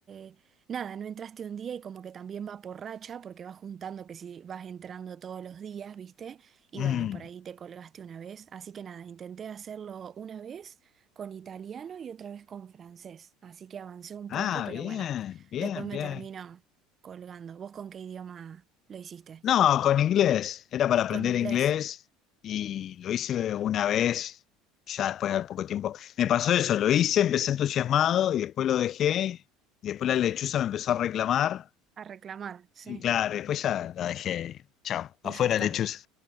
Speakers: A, on the right (about 35°); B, on the left (about 45°).
A: eh, nada, no entraste un día y como que también va por racha, porque vas juntando que si vas entrando todos los días, viste, y
B: Mm.
A: bueno, por ahí te colgaste una vez. Así que nada, intenté hacerlo una vez con italiano y otra vez con francés. Así que avancé un
B: Ah,
A: poco, pero
B: bien,
A: bueno,
B: bien,
A: después me
B: bien.
A: termino colgando. ¿Vos con qué idioma lo hiciste?
B: No, con inglés. Era para aprender
A: Con inglés,
B: inglés y lo hice una vez, ya después de poco tiempo. Me pasó eso, lo hice, empecé entusiasmado y después lo dejé. Y después la lechuza me empezó a reclamar.
A: a reclamar, sí,
B: Y claro, después ya la dejé. Chao, afuera
A: y ya está,
B: lechuza.